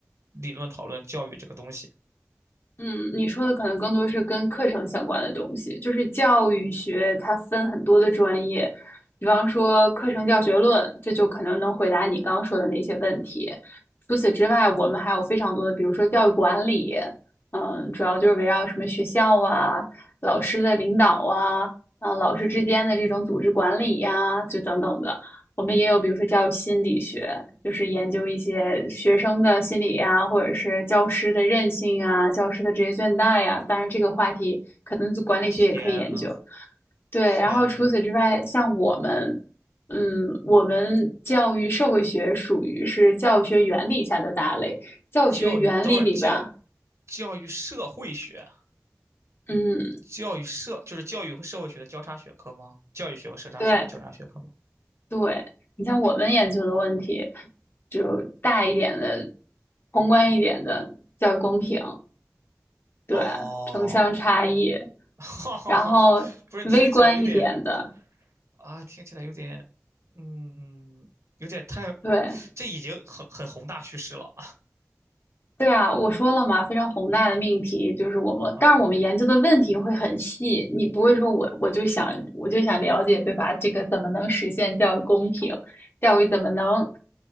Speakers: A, on the right (about 65°); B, on the left (about 45°).
A: 理论讨论教育这个东西？
B: 嗯，你说的可能更多是跟课程相关的东西，就是教育学它分很多的专业，比方说课程教学论，这就可能能回答你刚刚说的那些问题。除此之外，我们还有非常多的，比如说教育管理，嗯，主要就是围绕什么学校啊、老师的领导啊、啊老师之间的这种组织管理呀、就等等的。我们也有，比如说教育心理学，就是研究一些学生的心理呀，或者是教师的韧性啊，教师的职业倦怠呀。当然，这个话题可能就管理学也可以研究。
A: 天呐，
B: 对，
A: 天呐，
B: 然后除此之外，像我们，嗯，我们教育社会学属于是教学原理下的大类。教学原理里边儿
A: 教育，等会儿教教育社会学，
B: 嗯，
A: 教育社就是教育和社会学的交叉学科吗？教育学和社会学的交叉学科吗？
B: 对对，你像我们研究的问题，就大一点的，宏观一点的教育公平。对，
A: 哦，
B: 城乡差异，
A: <laughs> 哈哈，
B: 然后微观一点的，
A: 不是，听起来有点啊，听起来有点，嗯，有点太，
B: 对，
A: 这已经很很宏大叙事了
B: 对啊，我说了嘛，非常宏大的命题就是我们，
A: 啊
B: 但是我们研究的问题会很细，
A: <laughs>。
B: 你不会说我我就想我就想了解，对吧？这个怎么能实现教育公平？教育怎么能